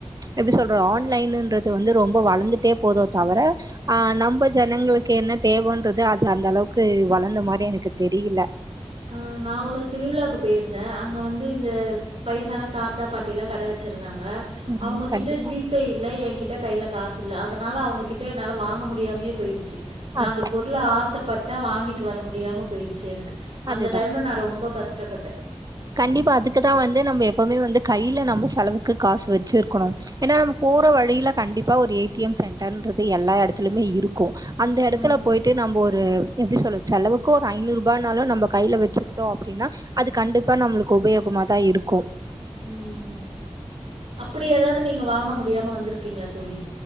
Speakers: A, on the right; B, on the right.
A: எப்டி சொல்ற ஆண் லைனுன்ற து வந்து ரொம்ப வளந்துட்டே போதோ தவர ஆஹ் நம்ப ஜனங்களுக்கு என்ன தேவன்றது அது அந்த அளவுக்கு வளந்த மாரி எனக்கு தெரியில
B: ஆஹ் நா ஒரு திருவிழாக்கு போயிருந்தே அங்க வந்து இந்த வயசான தாத்தா பாட்டில்லா கட வச்சிருந்தாங் க
A: ம்.
B: அவுங்ககிட்ட
A: கண்டிப்பா.
B: ஜி பே இல்ல எ கிட் ட கைல காசு இல்ல அதனால அவங்ககிட்ட என்னால வாங்க முடியாமயே போயிடுச்சு நா
A: அத்
B: அந்த பொருள ஆசப் பட்ட வாங்கிட்டு வர முடியாம போயிடுச்சு எனக்கு அந்த
A: அதுதான்.
B: டைம்ல நா ரொம்ப கஷ்டப்பட்டே
A: கண்டிப்பா அதுக்குதா வந்து நம்ம எப்பவுமே வந்து கைல நம்ம செலவு க்கு காசு வெச்சிருக்கனு ஏன்னா போற வழில கண்டிப்பா ஒரு ஏ டி எம் சென்டர்ன்றது எல்லா எடத்துலயுமே இருக்கு அந்த எடத்துல
B: ம்
A: போய்ட்டு நம்ப ஒரு எப்டி சொல்றது செலவுக்கு ஒரு ஐந்நூறுபானாலு நம்ப கைல வெச்சுக்கிட்டோ அப்டின்னா அது கண்டிப் ப்பா நம்ளுக்கு உபயோகமாதா இருக்கு
B: உம் அப்டி ஏதாவது நீங்க வாங்க முடியாம வந்திருக்கீங்களா தோழி